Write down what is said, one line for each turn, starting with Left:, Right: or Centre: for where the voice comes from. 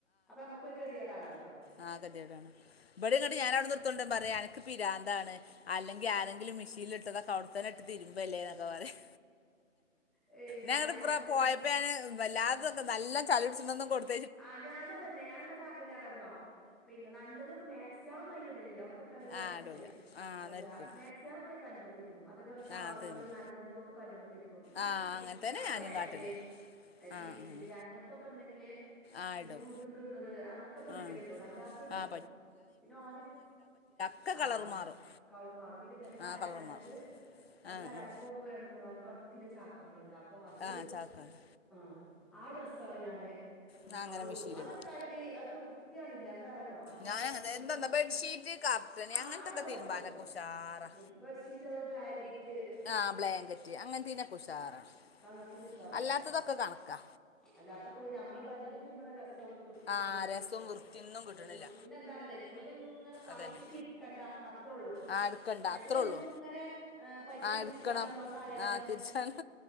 Centre: അപ്പൊ നമ്മുക്കൊ ഒരു ഗെതികേടാണല്ലോ
Left: ആ ഗതികേടണ് ഇവിടെയും ങ്ങട്ട് ഞാൻ അവിടെന്ന് ഇട്ത്ത് കൊണ്ടരുമ്പോ പറയാ അനക്ക് പിരാന്താണ് അല്ലെങ്കിൽ ആരെങ്കിലും മെഷീനിൽ ഇട്ടത് ഒക്കെ അവിടത്തന്നെ ഇട്ട് തിരുമ്പല്ലേ ന്നൊക്കെ പറയും
Centre: പിന്നെ
Left: ഞങ്ങടെ
Centre: അയി
Left: ഇ
Centre: അമ്മക്ക്
Left: പോയപ്പോ ഞാന് വല്ലാതൊക്കെ നല്ല ചളി പിടിച്ന ഒന്നും കൊടുത്ത
Centre: ആഹ് ഞാനും അതെന്നെ ഞാൻ എന്താ കാട്ടല് അറേനോ പിന്നെ നല്ലതൊക്കെ മാക്സ്യളൊന്നും അയില് ഇടലില്ല ക്കെ ഇട്ടാ പിന്നെ നരക്കുവെ
Left: ആഹ് ഇടൂല ആഹ്
Centre: എന്താ
Left: നെരക്കും
Centre: സികളൊക്കെ ഞാൻ കല്ലുമ്മെ തിരുമ്പും അതേപോലെ ഷാള്കള്
Left: ആഹ് തിരുമ്പും
Centre: നല്ലതൊക്കെ കല്ല്മ്മെ തിരുമ്പും ഈ
Left: ആഹ്
Centre: കുട്ടി
Left: അങ്ങനെ
Centre: കുട്ട്യാളെ
Left: തന്നെ ഞാനും
Centre: ഫാന്റ്
Left: കാട്ടല്
Centre: ജീൻസിന്റെ
Left: ആഹ് ആഹ്
Centre: അങ്ങനത്തൊക്കെ ഇണ്ടെങ്കില്
Left: ആഹ്
Centre: പിന്നെ
Left: ഇടും
Centre: വീട്ട്ന്ന് ഇട്ണത് അങ്ങനത്തൊക്കെ ഇണ്ടെങ്കില
Left: ആഹ്
Centre: ഇടൊള്ളൂ അല്ലാത്ത ഇടൂല
Left: ആഹ്
Centre: പിന്നെ ഓന്
Left: ക്കെ
Centre: ആ
Left: കളറ് മാറും
Centre: കളർ മാറും പിന്നെ ഇബന്റെ
Left: ആഹ്
Centre: കരാട്ടേന്റത്
Left: കളറ് മാറും
Centre: ഓൻ
Left: ആഹ്
Centre: കരാട്ടക്ക്
Left: ഉം
Centre: പോമ്പോ രണ്ട് മൂന്നാല് ക ട്ടി ള്ള ചാക്കൾണ്ട് അപ്പൊ അത്
Left: ആഹ് ചാക്കാണ്
Centre: ആ ആ ഡ്രെസ്സള് ഞാന് ഉം
Left: ഞാൻ അങ്ങനെ
Centre: അതും
Left: മെഷീനിലിടും
Centre: ഇടും അത്ട്ടാലെടി അത് വൃത്തി വൃയാണല്ല എന്താ അറേനോ കാരാട്ട
Left: ഞാൻ അങ്ങനെ
Centre: ഡ്രെസ്സിലൊക്കെ
Left: എന്താ ബെഡ്ഷീറ്റ് കർട്ടന്
Centre: ആ്
Left: അങ്ങനത്തൊക്കെ
Centre: അതൊക്കെ
Left: തിരുമ്പാനൊക്കെ
Centre: പറ്റും
Left: ഉഷാറാ
Centre: ഉ ബെഡ്ഷീറ്റ് അതെ ബ്ലാങ്കറ്റ്
Left: ആഹ ബ്ലാങ്കറ്റ് അങ്ങനത്തിനൊക്കെ ഉഷാറാണ്
Centre: അങ്ങനത്തിന് ഉഷാറാണ്
Left: അല്ലാത്തതൊക്കെ കണക്കാ
Centre: അല്ലാത്തൊക്കെ പിന്നെ നമ്മള് ക ല്ലരുമ്പണ രസവും വൃത്തിം
Left: ആഹ്
Centre: വെടുപ്പൊന്നും
Left: രസവും
Centre: ഇപ്പോ
Left: വൃത്തിയൊന്നും കിട്ടണില്ല
Centre: ഏ പിന്നെ എന്താണ് ഇതിമലിങ്ങനെ പണി
Left: അതന്നെ
Centre: ഇട്ത് കണ്ടാ അത്രേ ഉള്ളൂ
Left: ആഹ് എടുക്കണ്ട
Centre: മറ്റത്
Left: അത്രേ
Centre: നമ്മക്ക്
Left: ഉള്ളൂ
Centre: ഇങ്ങനെ ഏ പൈപ്പ്
Left: ആഹ്
Centre: തിരിച്ചാനും
Left: എടുക്കണം
Centre: അത് കളയാനും
Left: ആഹ് തിരിച്ചാണ്